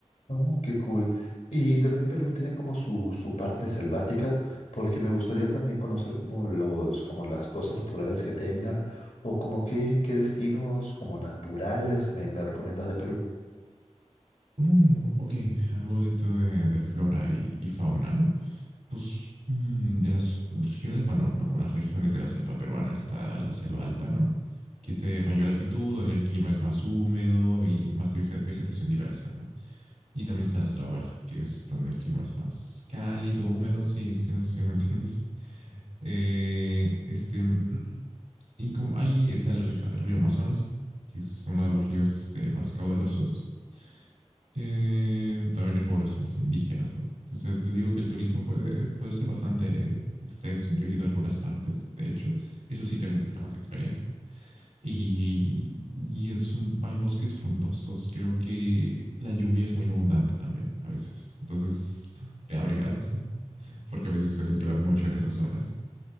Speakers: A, on the left; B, on the right.
A: Oh, qué cool. Y también Perú tiene como su, su parte selvática, porque me gustaría también conocer como los, como las cosas naturales que tenga, o como qué, qué destinos como naturales me, me recomiendas de Perú.
B: Mm, ok, algo de, esto de, de flora y, y fauna, ¿no? Pues mm, de las regiones, bueno, algunas regiones de la selva peruana está la selva alta, ¿no? Que es de mayor altitud, donde el clima es más húmedo y más de veja- vegetación diversa, ¿no? Y también está la selva baja, que es donde el clima es más cálido, húmedo, sí, sí, no sé si me <laughs> entiendes. Eh, este, <clears throat> y como ahí está el río, río Amazonas, que es uno de los ríos este, más caudalosos eh, también hay poblaciones indígenas, ¿no? Entonces eh, te digo que el turismo puede, puede ser bastante extenso. Yo he ido a algunas partes, de hecho. Eso sí tengo un poquito más de experiencia. Y, y es un- hay bosques frondosos. Creo que la lluvia es muy abundante también a veces. Entonces, te abrigado, <laughs> porque a veces suele llover mucho en esas zonas.